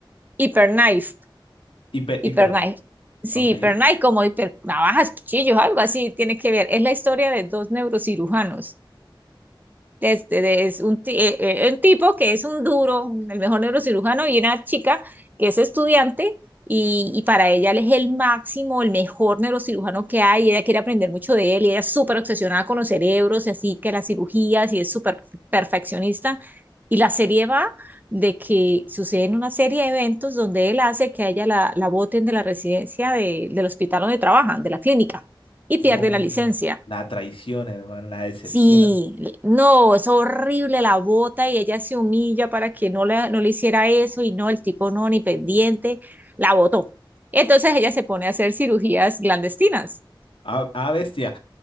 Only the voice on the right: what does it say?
Hyperknife.
Hyperknife. Sí,
Hyperknife, como hiper navajas, cuchillos, algo así, tiene que ver. Es la historia de dos neurocirujanos Este, de- es un, ti- eh, eh, un tipo que es un duro, el mejor neurocirujano, y una chica que es estudiante y, y para ella él es el máximo, el mejor neurocirujano que hay, y ella quiere aprender mucho de él, y ella es súper obsesionada con los cerebros, y así que las cirugías, y es súper perfeccionista. Y la serie va de que suceden una serie de eventos donde él hace que a ella la, la boten de la residencia de, del hospital donde trabajan, de la clínica, y pierde
la licencia.
Sí, le- no, es horrible la bota y ella se humilla para que no le, no le hiciera eso y no, el tipo no, ni pendiente, la botó. Entonces ella se pone a hacer cirugías clandestinas.